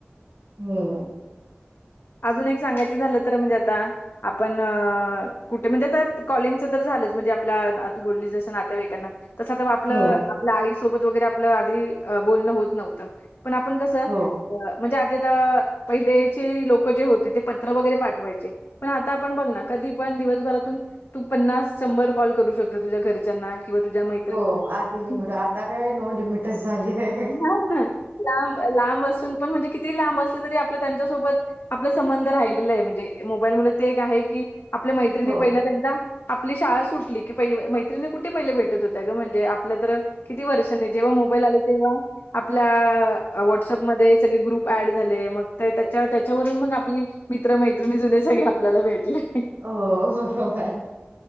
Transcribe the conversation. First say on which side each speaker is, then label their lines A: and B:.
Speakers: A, on the right; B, on the left.
A: हो.
B: अजून एक सांगायचं झालं तर, म्हणजे आता आपण कुठे म्हणजे, आता कॉलिंगचं तर झालंच, म्हणजे आपला तू बोलली जसं नातेवाइकांना. तस तर आपलं
A: हो
B: आपल्या आईसोबत वगैरे आपलं, आधी बोलणं होत नव्हतं. पण आपण कसं,
A: हो
B: म्हणजे आधी आता, पहिलेचे लोक. लोक जे होते ते पत्र वगैरे पाठवायचे. पण आता आपण बघ ना, कधी पण दिवसभरातून तू पन्नास शंभर कॉल करू शकतो, तुझ्या घरच्यांना. किंवा तुझ्या मैत्रिणींना.
A: हो आधी लिमिट, आता काय नो लिमिटच झालंय.
B: हां ना. लांब, लांब असून पण म्हणजे किती लांब असले तरी आपल्या त्यांच्यासोबत. आपला संबंध राहिलेलं आहे, म्हणजे मोबाईल मुळं ते एक आहे की आपल्या मैत्रिणी
A: हो
B: पहिल्या. एकदा आपली शाळा सुटली की, पहिली मैत्रिणी कुठे पहिले भेटत होत्या गं, म्हणजे आपल्या तर. किती वर्षांनी जेव्हा, मोबाईल आले तेव्हा आपल्या. व्हॉट्सअपमध्ये सगळे ग्रुप ऍड झाले. मग त्यांच्या त्या त्यांच्यावरून मग आपली, मित्र मैत्रिणी जुने सगळे आपल्याला भेटले.
A: हो हो व्हयं.